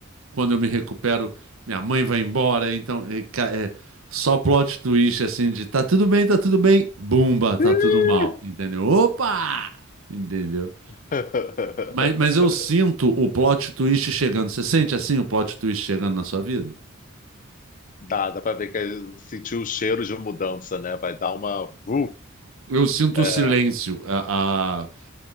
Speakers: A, on the right; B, on the left.
A: quando eu me recupero, minha mãe vai embora, então é, ca- é só plot twist assim de tá tudo bem, tá tudo bem, bumba,
B: <laughs>
A: tá tudo mal, entendeu? Opa! Entendeu?
B: <laughs>
A: Mas, mas eu sinto o plot twist chegando. Você sente assim o plot twist chegando na sua vida?
B: Dá, dá pra ver que ele sentiu o cheiro de mudança, né? Vai dar uma. Uh,
A: Eu sinto
B: é.
A: o silêncio. A, a,